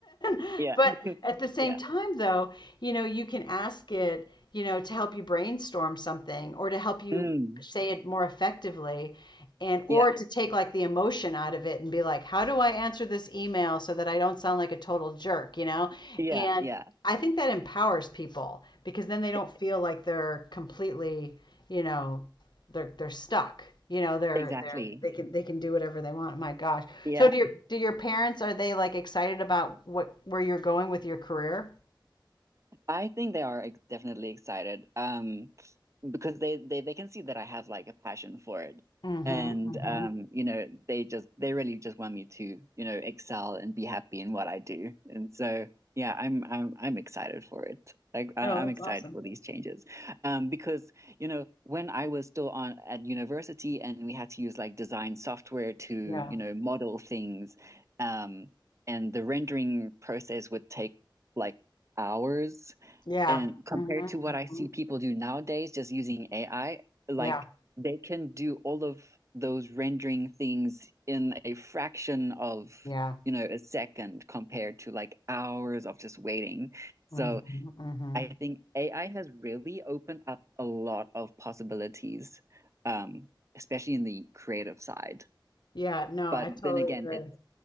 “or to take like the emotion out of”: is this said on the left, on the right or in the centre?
Left